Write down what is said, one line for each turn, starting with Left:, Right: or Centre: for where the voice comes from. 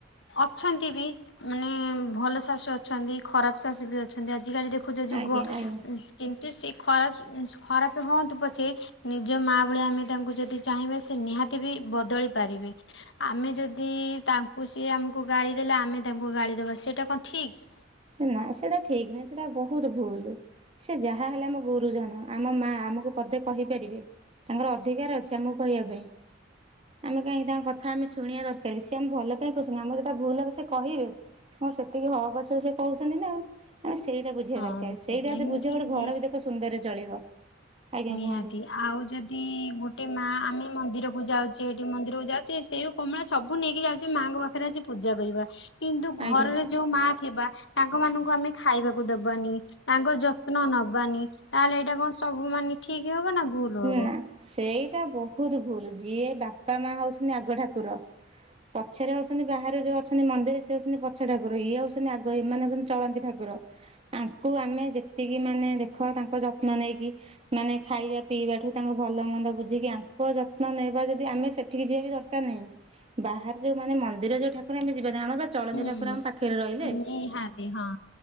Left: ଅଛନ୍ତି ବି ମାନେ ଭଲ ଶାଶୁ ଅଛନ୍ତି ଖରାପ ଶାଶୁ ବି ଅଛନ୍ତି। ଆଜିକାଲି ଦେଖ ଦେଖୁଛ ଯୁଗ
Right: ଆଜ୍ଞା ଆଜ୍ଞା।
Left: କିନ୍ତୁ ସେ ଖରାପ ଖରାପ ହୁଅନ୍ତୁ ପଛେ ନିଜ ମା ଭଳିଆ ଆମେ ତାଙ୍କୁ ଯଦି ଚାହିଁ ସେ ନିହାତି ବି ବଦଳି ପାରିବେ। ଆମେ ଯଦି ତାଙ୍କୁ ସି ଆମକୁ ଗାଳି ଦେଲେ ଆମେ ତାଙ୍କୁ ଗାଳି ଦବା ସେଟା କଣ ଠିକ୍?
Right: ନା ସେଟା ଠିକ ନହିଁ ସେଟା ବହୁତ ଭୁଲ। ସେ ଯାହା ହେଲେ ଆମ ଗୁରୁଜନ ଆମ ମା ଆମକୁ ପଦେ କହିପାରିବେ। ତାଙ୍କର ଅଧିକାର ଅଛି ଆମକୁ କହିବା ପାଇଁ। ଆମେ କାହିଁକି ତାଙ୍କ କଥା ଆମେ ଶୁଣିବା ଦରକାର ବି ସିଏ ଆମେ ଭଲ ପାଇଁ କହୁଚନ୍ତି ଆମର ଯଉଟା ଭୁଲ ହବ ସେ କହିବେ। ହ ସେତିକି ହକ ଅଛି ବୋଲି ସେ କହୁଛନ୍ତି ନା ଆଉ। ମାନେ ସେଇଟା ବୁଝିବା
Left: ହଁ
Right: ଦରକାର ସେଇଟାତେ
Left: ସେଇଟା ହିଁ
Right: ବୁଝିବା
Left: ଠିକ୍
Right: ଘର
Left: ଯେ
Right: ବି ଦେଖ ସୁନ୍ଦରରେ ଚଳିବ। ଆଜ୍ଞା
Left: ନିହାତି
Right: କୁହନ୍ତୁ।
Left: ଆଉ ଯଦି ଗୋଟେ ମା ଆମେ ମନ୍ଦିରକୁ ଯାଉଛେ ଏଠି ମନ୍ଦିରକୁ ଯାଉଛେ ସେଉ କମଳା ସବୁ ନେଇକି ଯାଉଛେ ମାଆଙ୍କ ପାଖ ରେ ଆଜି ପୂଜା କରିବା କିନ୍ତୁ ଘରରେ
Right: ଆଜ୍ଞା
Left: ଯୋଉ ମା ଥିବା ତାଙ୍କ ମାନଙ୍କୁ ଆମେ ଖାଇବାକୁ ଦବାନି। ତାଙ୍କ ଯତ୍ନ ନବାନି ତାହେଲେ ଏଇଟା କଣ ସବୁ ମାନେ ଠିକ ହବ ନା ଭୁଲ ହବ?
Right: ନା ସେଇଟା ବହୁତ ଭୁଲ ଯିଏ ବାପା ମା ହଉଛନ୍ତି ଆଗ ଠାକୁର। ପଛରେ ହଉଛନ୍ତି ବାହାରେ ଯୋଉ ଅଛନ୍ତି ମନ୍ଦିରରେ ସେ ହଉଛନ୍ତି ପଛ ଠାକୁର ଇଏ ହଉଛନ୍ତି ଆଗ ଏମାନେ ହଉଛନ୍ତି ଚଳନ୍ତି ଠାକୁର। ଆଙ୍କୁ ଆମେ ଯେତିକି ମାନେ ଦେଖ ତାଙ୍କ ଯତ୍ନ ନେଇକି ମାନେ ଖାଇବା ପିଇବାଠୁ ତାଙ୍କ ଭଲ ମନ୍ଦ ବୁଝିକି ଆଙ୍କ ଯତ୍ନ ନେବା ଯଦି ଆମେ ସେଠିକି ଯିବା ବି ଦରକାର ନାହିଁ। ବାହାର ଯୋଉ ମାନେ ମନ୍ଦିର ଯୋଉ ଠାକୁ ଆମ ଯିବା ଆମର ଚଳନ୍ତି
Left: ହୁଁ।
Right: ଠାକୁର ଆମ ପାଖରେ ରହିଲେ
Left: ନିହାତି ହଁ।